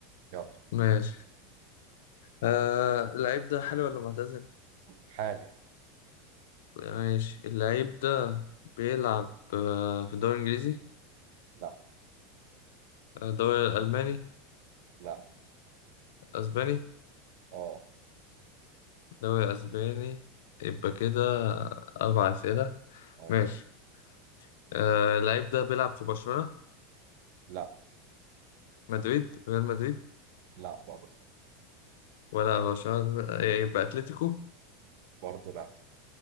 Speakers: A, on the right (about 60°); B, on the left (about 80°).
A: يلا
B: ماشي آه اللعيب ده حلو ولا معتزل؟
A: حالي
B: ماشي اللعيب ده بيلعب آه في الدوري الإنجليزي
A: لا
B: آه، الدوري الألماني
A: لا
B: أسباني
A: اه
B: الدوري الأسباني يبقى كده أربع أسئلة
A: اه
B: ماشي آه اللعيب ده بيلعب في برشلونة
A: لا
B: مدريد ريال مدريد
A: لا برضه
B: ولا برشلونة آه، يبقى أتلتيكو
A: برضه لا